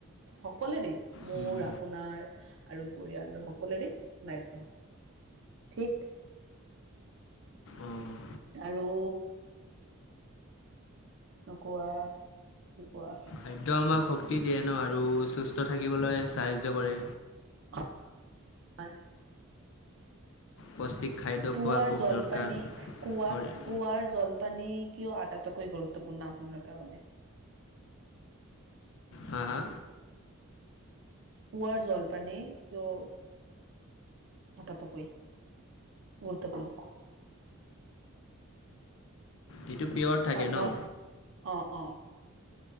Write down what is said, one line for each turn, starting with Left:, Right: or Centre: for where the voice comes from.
Right: সকলোৱে দেই, মোৰ,
Left: হুম, উম,
Right: আপোনাৰ আৰু পৰিয়ালৰ সকলোৰে দায়িত্ব হয়। ঠিক
Left: অ'।
Right: আৰু নোকোৱা কি কোৱা?
Left: খাদ্য আমাক শক্তি দিয়ে ন, আৰু সুস্থ থাকিবলৈ সাহায্য কৰে।
Right: <unintelligible>
Left: পৌষ্টিক খাদ্য
Right: পুৱাৰ
Left: খোৱা খুব
Right: জল-পানী,
Left: দৰকাৰ।
Right: কুৱা-কুঁৱাৰ
Left: শৰী-
Right: জলপানী কিয় আটাটোকৈ গুৰুত্বপূৰ্ণ আপোনালোকৰ কাৰণে?
Left: হা! হা!
Right: পুৱাৰ জলপানেই কিয় আটাতোকৈ গুৰুত্বপূৰ্ণ।
Left: এইটো পিয়ৰ থাকে
Right: <unintelligible>
Left: ন?
Right: অঁ, অঁ।